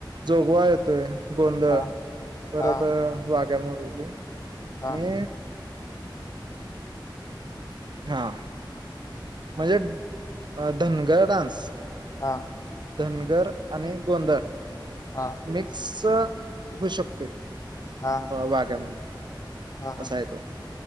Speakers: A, on the right; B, on the left.
A: जोगवा येतोय. गोंधळ
B: हा
A: परत
B: हा
A: वाग्या मुरली
B: हा.
A: आणि हा. म्हणजे अ धनगर डान्स.
B: हा.
A: धनगर आणि गोंदळ
B: हा.
A: मिक्स होऊ शकतोय
B: हा हा
A: वाग्या मुरली.
B: हा हा
A: असा आहे तो